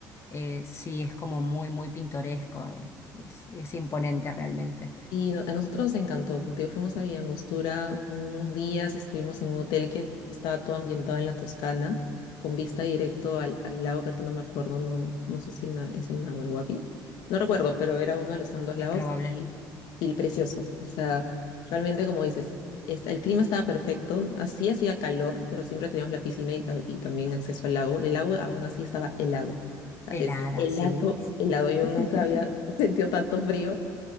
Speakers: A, on the left; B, on the left.
A: Eh, sí, es como muy, muy pintoresco, eh. Es, es imponente realmente,
B: Y a nosotros nos encantó. como te digo, fuimos a Villangostura unos días, estuvimos en un hotel que estaba todo ambientado en la Toscana, con vista directo al, al lago, que ahorita no me acuerdo, no, no sé si el na- es el Nahuel Huapi. No recuerdo, pero era uno de los tantos
A: es
B: lagos
A: probable.
B: y, y precioso. O sea, realmente, como dices, esta- el clima estaba perfecto. Así hacía calor, pero siempre teníamos la piscina y, ah, y también acceso al lago. El lago aún así estaba helado. O sea,
A: Helada,
B: es helado,
A: sí.
B: helado. Yo
A: <laughs>
B: nunca había <laughs> sentido tanto frío